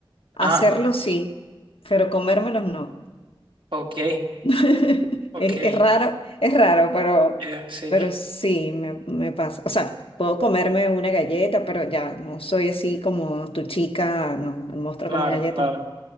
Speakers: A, on the left (about 85°); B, on the right (about 65°).
A: Hacerlo
B: Ah,
A: sí, pero comérmelos no.
B: ok,
A: <laughs>
B: ok.
A: Es, es raro, es raro, pero,
B: Eh, sí,
A: pero sí, me, me pasa. O sea, puedo comerme una galleta, pero ya no soy así como tu chica, no, el monstruo
B: claro,
A: come galletas.
B: claro.